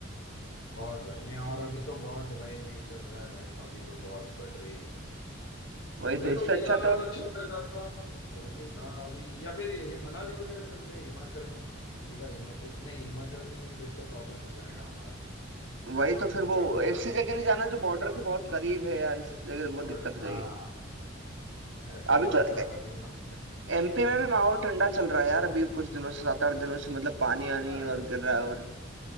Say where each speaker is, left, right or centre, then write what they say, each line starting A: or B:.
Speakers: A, on the left (about 65°); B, on the right (about 60°).
A: बहुत भाई नहीं और अभी तो बहुत है भाई मैच चल रहा है भाई अभी तो बहुत बढ़ रही है
B: वही
A: मुझे
B: तो
A: तो
B: इससे
A: केदारनाथ
B: अच्छा तो
A: अच्छा लग रहा था वो भी था अभी या फिर ये मनाली वगैरह चलते हैं हिमाचल में सीधा हिमाचल नहीं हिमाचल में भी फिर से प्रॉब्लम हो जाएगा हमारा हिमाचल
B: वही तो फिर वो
A: में अभी
B: ऐसी
A: जाना
B: जगह
A: तो
B: नहीं जाना
A: पता
B: जो
A: नहीं क्या
B: बॉर्डर के
A: होता
B: बहुत
A: है
B: करीब है यार इस जगह बहुत
A: बट
B: दिक्कत हो
A: हाँ
B: जाएगी
A: ऐसा
B: अभी
A: सोचना
B: तो
A: हाँ, ढूंढना पड़ेगा
B: एमपी में भी माहौल ठंडा चल रहा है यार अभी कुछ दिनों से सात आठ दिनों से मतलब पानी आनी
A: हाँ
B: और गिर रहा है और